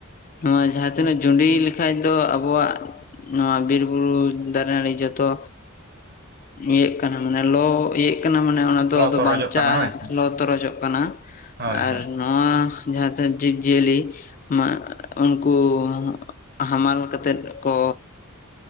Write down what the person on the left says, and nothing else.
ᱱᱚᱣᱟ ᱡᱟᱦᱟᱸ ᱛᱤᱱᱟᱹᱜ ᱡᱩᱸᱰᱤ ᱞᱮ ᱠᱷᱟᱡ ᱫᱚ ᱟᱵᱚᱣᱟᱜ ᱱᱚᱣᱟ ᱵᱤᱨ ᱵᱩᱨᱩ ᱫᱟᱨᱮ ᱱᱟᱹᱲᱤ ᱡᱚᱛᱚ ᱤᱭᱟᱹᱜ ᱠᱟᱱᱟ ᱢᱟᱱᱮ ᱞᱚ ᱤᱭᱟᱹᱜ ᱠᱟᱱᱟ ᱢᱟᱱᱮ ᱚᱱᱟ ᱫᱚ
ᱟᱫᱚ
ᱵᱟᱧᱪᱟᱜᱼᱟ
ᱞᱚ ᱛᱚᱨᱚᱡᱚᱜ ᱠᱟᱱᱟ,
ᱟᱨ
ᱱᱚᱣᱟ ᱡᱟᱦᱟᱸ ᱛᱤᱱᱟᱹᱜ ᱡᱤᱵᱽ ᱡᱤᱭᱟᱹᱞᱤ ᱢᱟ ᱩᱱᱠᱩ ᱦᱟᱢᱟᱞ ᱠᱟᱛᱮᱫ ᱠᱚ